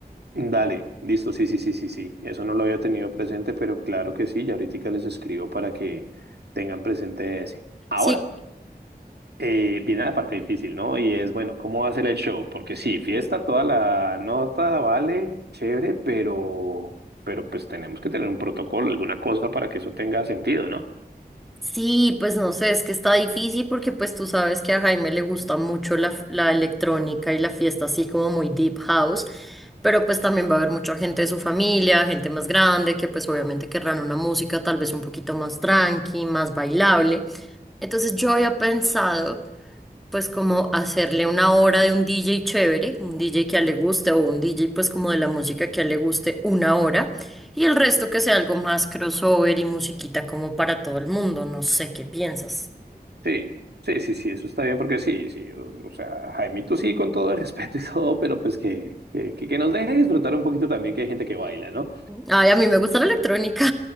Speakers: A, on the right; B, in the centre.
A: Dale, listo, sí, sí, sí, sí, sí. Eso no lo había tenido presente, pero claro que sí, ya ahorita les escribo para que tengan presente ese. Ahora.
B: Sí,
A: Eh, viene la parte difícil, ¿no? Y es, bueno, ¿cómo va a ser el show? Porque sí, fiesta toda la nota, vale, chévere, pero, pero pues tenemos que tener un protocolo, alguna cosa para que eso tenga sentido, ¿no?
B: Sí, pues no sé, es que está difícil porque pues tú sabes que a Jaime le gusta mucho la, f- la electrónica y la fiesta así como muy deep house, pero pues también va a haber mucha gente de su familia, gente más grande que pues obviamente querrán una música tal vez un poquito más tranqui, más bailable. Entonces yo había pensado pues como hacerle una hora de un DJ chévere, un DJ que a él le guste o un DJ pues como de la música que a él le guste una hora y el resto que sea algo más crossover y musiquita como para todo el mundo, no sé qué piensas.
A: Sí, sí, sí, sí, eso está bien, porque sí, sí, o, o sea, Jaimito sí, con todo el respeto y todo, pero pues que, que, que que nos deje disfrutar un poquito también que hay gente que baila, ¿no?
B: Ay, a mí me gusta la electrónica.